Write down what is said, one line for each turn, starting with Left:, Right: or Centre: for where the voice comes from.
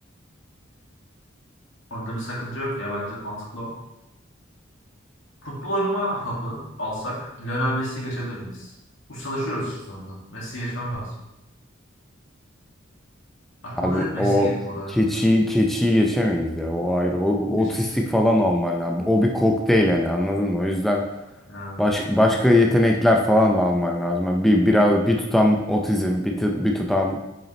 Left: Onda bir sakınca yok ya. Bence de mantıklı o. Futbol oynama hapı alsak Lionel Messi'yi geçebilir miyiz? Ustalaşıyoruz işte sonunda. Messi'yi geçmem lazım. Aklıma
Centre: Abi
Left: da hep Messi
Centre: o
Left: geliyor bu arada.
Centre: keçi
Left: Bilmiyorum.
Centre: keçiyi geçemeyiz ya. O ayrı. O, o-
Left: Geçir.
Centre: otistik falan olman lazım. O bir kokteyl yani anladın mı? O yüzden
Left: Ha.
Centre: baş, başka yetenekler falan da alman lazım. Yani bir biraz bir tutam otizm, bir, tu- bir tutam